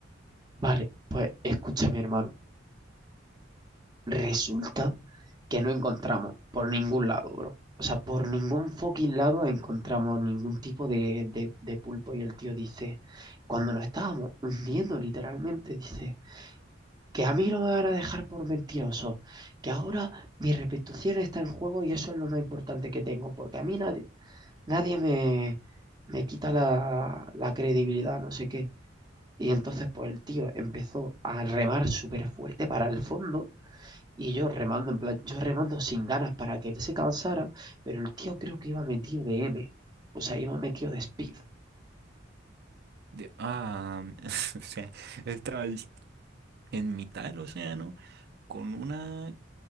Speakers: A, on the right; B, on the right.
A: Vale, pues, escúchame, hermano. Resulta que no encontramos por ningún lado, bro. O sea, por ningún fucking lado encontramos ningún tipo de, de, de pulpo. Y el tío dice, cuando nos estábamos hundiendo literalmente, dice, que a mí no me van a dejar por mentiroso, que ahora mi reputación está en juego y eso es lo más importante que tengo, porque a mí nadie, nadie me, me quita la, la credibilidad, no sé qué. Y entonces, pues el tío empezó a remar súper fuerte para el fondo y yo remando, en plan, yo remando sin ganas para que él se cansara, pero el tío creo que iba metido de M, o sea, iba metido de speed,
B: De, ah, <laughs> o sea, estaba en mitad del océano con una